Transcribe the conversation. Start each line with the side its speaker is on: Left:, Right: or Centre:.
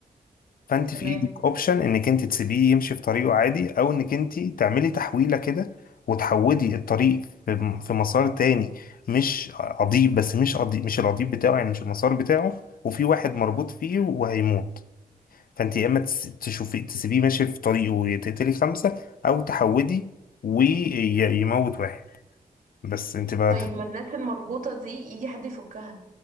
Left: فانت
Right: تمام
Left: في ايدك اوبشن انك انت تسيبيه يمشي في طريقه عادي او انك انت تعملي تحويلة كده وتحودي الطريق في في مسار تاني مش قضيب بس مش قضيب مش القضيب بتاعه يعني مش المسار بتاعه وفي واحد مربوط فيه وهيموت فانت يا اما تس- تشوفي تسيبيه ماشي في طريقه وتقتلي خمسه او تحودي ويموت واحد بس انت بقى
Right: طيب
Left: تخ-
Right: ما الناس المربوطة دي يجي حد يفكها